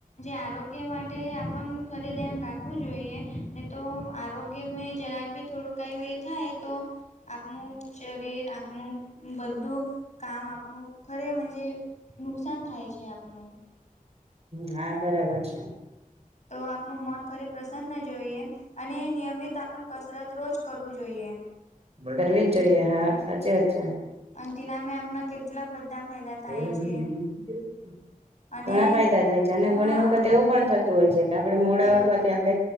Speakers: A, on the left; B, on the right.
A: આરોગ્ય માટે આપણ ખરે ધ્યાન રાખવું જોઈએ ને તો આરોગ્ય મેં જરા બી. થોડું કંઈ એ થાય તો આપણ શરીર આપણ બધું. કામ આપનું ખરેજ નુકસાન થાય છે. આપનું
B: હા બરાબર છે.
A: તો આપનું મન ખરે પ્રસન્ન જોઈએ અને એ નિયમિત આપણ કસરત રોજ કરવું જોઈએ
B: કરવી જ જોઈએ હા સાચી વાત છે
A: અંતિના મેં આપણા કેટલા બધા ફાયદા
B: <inaudible>
A: થાય છે અને
B: ઘણા ફાયદા થાય છે અને
A: હા
B: ઘણી વખત એવું પણ થતું હોય છે કે આપડણે મોડા
A: બરાબર
B: ઉઠવાથી આપણે